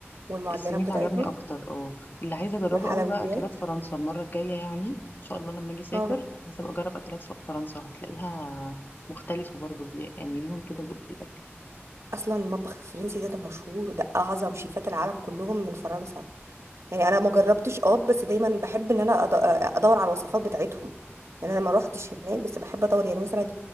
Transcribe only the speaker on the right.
والمعجنات
بتاعتهم
والحلويات
اه
اصلا المطبخ الفرنسي ده ده مشهور ده اعظم شيفات العالم كلهم من فرنسا يعني انا ما جربتش اه بس دايما بحب ان انا أد- ادور على الوصفات بتاعتهم يعني انا ما روحتش هناك بس بحب ادور يعني مثلا